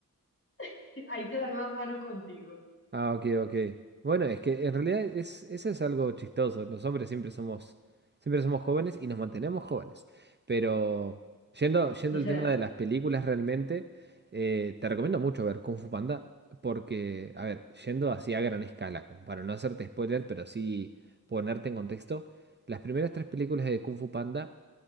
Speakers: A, on the left; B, on the right.
A: <laughs> sí, ahí se dan la mano contigo.
B: Ah, ok, ok. Bueno, es que en realidad es, eso es algo chistoso. Los hombres siempre somos, siempre somos jóvenes y nos mantenemos jóvenes. Pero yendo, yendo
A: No se
B: al tema
A: dan.
B: de las películas realmente, eh, te recomiendo mucho ver Kung Fu Panda porque, a ver, yendo así a gran escala, como para no hacerte spoiler, pero sí ponerte en contexto, las primeras tres películas de Kung Fu Panda